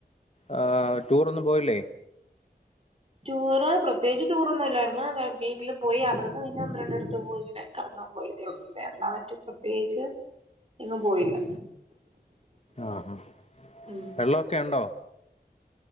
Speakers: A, on the left (about 40°); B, on the right (about 35°).
A: അഹ് ടൂറന്നും പോയില്ലേ
B: ടൂറ് പ്രത്യേകിച്ച് ടൂറൊന്നും ഇല്ലായിരുന്നു വീട്ടില് പോയി അവിടെന്ന് പിന്നെ ഒന്ന് രണ്ട് അടുത്ത് പോ ഇങ്ങനെ കറങ്ങാൻ പോയി എന്നാ മറ്റു പ്രത്യേകിച്ച് എങ്ങും പോയില്ല
A: അഹ്
B: ഉം
A: വെള്ളക്കെയുണ്ടോ?